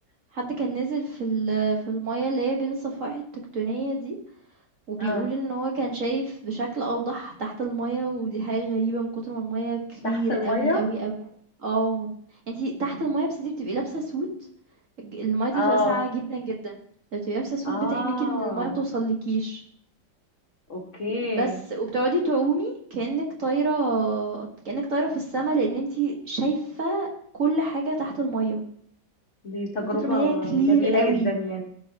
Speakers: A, on the right; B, on the left.
A: حد كان نزل في ال في المَيَّة اللي هي بين الصفائح التكتونية دي، وبيقول
B: اه
A: إن هو كان شايف بشكل أوضح تحت المَيَّة، ودي حاجة غريبة من كتر ما المَيَّة clear
B: تحت المية
A: أوي، أوي، أوي. آه، أنتِ تحت المَيَّة بس أنتِ بتبقي لابسة suit ج المَيَّة دي
B: اه
A: بتبقى ساقعة جدًا، جدًا، فبتبقي لابسة suit
B: اه
A: بتحميكِ إن المَيَّة ما توصلكيش.
B: اوكي
A: بس وبتقعدي تعومي كأنك طايرة كأنك طايرة في السماء لأن انتي شايفة كل حاجة تحت المية
B: دي تجربة
A: من كتر ما هي كلير
B: جميلة
A: قوي
B: جدا يعني